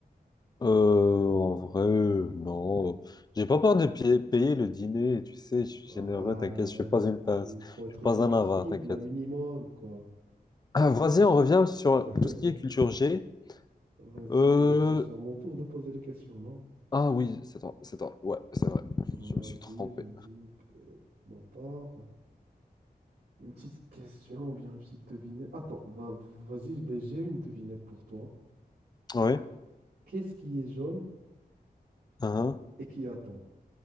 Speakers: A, on the left; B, on the right.
A: euh, en vrai, euh, non. J'ai pas peur de pi- payer le dîner, tu sais, je suis
B: Ah,
A: généreux, t'inquiète,
B: vas-y,
A: je suis pas une
B: vas-y.
A: pince,
B: Il faut être
A: je suis pas
B: flexible,
A: un avare, t'inquiète.
B: un minimum, quoi.
A: Ah, vas-y, on revient sur
B: <laughs>
A: tout ce qui est culture G.
B: Vas-y,
A: Euh,
B: mais c'est sur mon tour de poser les questions, non?
A: Ah oui, c'est toi, c'est toi. Ouais, c'est vrai.
B: Vas-y,
A: Je me suis trompé.
B: vas-y, euh, pour ma part. Une petite question ou bien une petite devinette. Attends, va- vas-y, ben, j'ai une devinette pour toi.
A: Ah Oui.
B: Qu'est-ce qui est jaune
A: hein.
B: et qui attend?